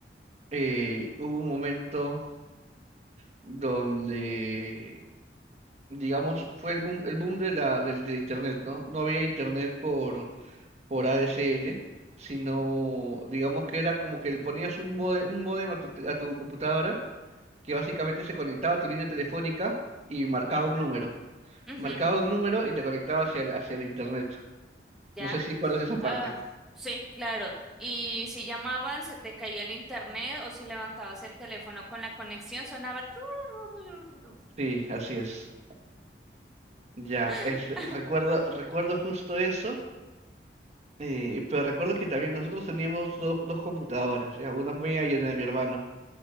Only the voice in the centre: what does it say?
Ujú,
ya.
Ah, sí, claro. Y si llamaban, se te caía el internet o si levantabas el teléfono con la conexión, sonaba. trurururururu.
<laughs>